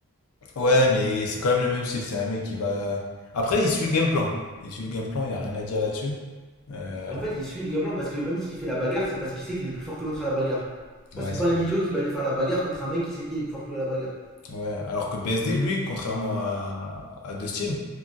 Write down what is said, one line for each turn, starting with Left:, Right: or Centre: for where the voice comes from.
Left: Ouais, mais c'est quand même le même style. C'est un mec qui va. Après, il suit le game plan. Il suit le game plan, il n'y a rien à dire là-dessus. Euh,
Centre: Et en fait, il suit le gamelan parce que même s'il fait la bagarre, c'est parce qu'il sait qu'il est plus fort que l'autre à la bagarre.
Left: Ouais,
Centre: Enfin, c'est
Left: c'est
Centre: pas
Left: vrai.
Centre: un idiot qui va aller faire la bagarre contre un mec qui sait qu'il est plus fort que lui à la bagarre.
Left: Ouais. Alors que BSD, lui, contrairement à, à Dustin,